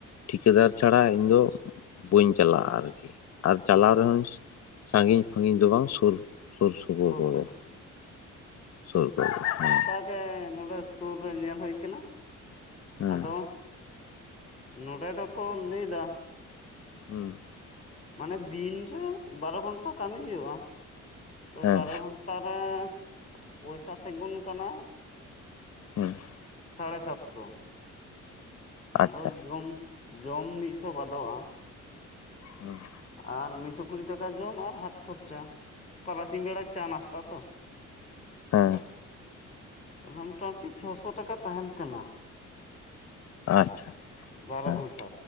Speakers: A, on the left; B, on the left.
A: ᱴᱷᱤᱠᱟᱹᱫᱟᱨ ᱪᱷᱟᱲᱟ ᱤᱧ ᱫᱚ ᱵᱟᱹᱧ ᱪᱟᱞᱟᱜᱼᱟ ᱟᱨᱠᱤ᱾ ᱟᱨ ᱪᱟᱞᱟᱣ
B: ᱦᱮᱸ
A: ᱨᱮᱦᱚᱸᱧ ᱥᱟᱺᱜᱤᱧ-ᱯᱷᱟᱜᱤᱧ ᱫᱚ ᱵᱟᱝ ᱥᱩᱨ ᱥᱩᱨ ᱥᱩᱯᱩᱨ
B: ᱥᱩᱨ
A: ᱠᱚᱜᱮ
B: ᱠᱚᱨᱮ
A: ᱥᱩᱨ ᱠᱚᱨᱮᱜ ᱦᱩᱸ᱾
B: ᱯᱮ ᱱᱚᱰᱮ ᱥᱩᱨ ᱨᱮ ᱧᱮᱞ ᱦᱳᱭ ᱠᱟᱱᱟ
A: ᱦᱮᱸ
B: ᱟᱫᱚ ᱱᱚᱸᱰᱮ ᱫᱚᱠᱚ ᱞᱟᱹᱭᱫᱟ
A: ᱦᱩᱸ᱾
B: ᱢᱟᱱᱮ ᱫᱤᱱ ᱨᱮ ᱵᱟᱨᱚ ᱜᱷᱚᱱᱴᱟ ᱠᱟᱹᱢᱤ ᱦᱩᱭᱩᱜ-ᱟ, ᱛᱚ
A: ᱦᱮᱸ
B: ᱵᱟᱨᱚ ᱜᱷᱚᱱᱴᱟ ᱴᱟᱨᱮ ᱯᱚᱭᱥᱟ ᱛᱤᱸᱜᱩᱱ ᱠᱟᱱᱟ
A: <unintelligible>
B: ᱥᱟᱲᱮ ᱥᱟᱛᱥᱚ ᱟᱫᱚ
A: ᱟᱪᱪᱷᱟ
B: ᱡᱚᱢ ᱡᱚᱢ ᱢᱤᱫ ᱥᱚ ᱵᱟᱫᱚᱜ-ᱟ᱾
A: <unintelligible>
B: ᱟᱨ ᱢᱤᱫᱥᱚ ᱠᱩᱲᱤ ᱴᱟᱠᱟ ᱡᱚᱢ ᱟᱨ ᱦᱟᱛ ᱠᱷᱚᱨᱪᱟ ᱛᱟᱨᱟᱥᱤᱧ ᱵᱮᱲᱟ ᱪᱟ ᱱᱟᱥ ᱛᱟ ᱛᱚ
A: ᱦᱮᱸ
B: ᱛᱟᱦᱚᱞᱮ ᱢᱚᱴᱟᱢᱩᱴᱤ ᱪᱷᱚᱥᱚ ᱴᱟᱠᱟ ᱛᱟᱦᱮᱸ ᱠᱟᱱᱟ᱾
A: ᱟᱪᱪᱷᱟ
B: ᱵᱟᱨᱚ
A: ᱦᱮᱸ᱾
B: ᱜᱷᱚᱱᱴᱟ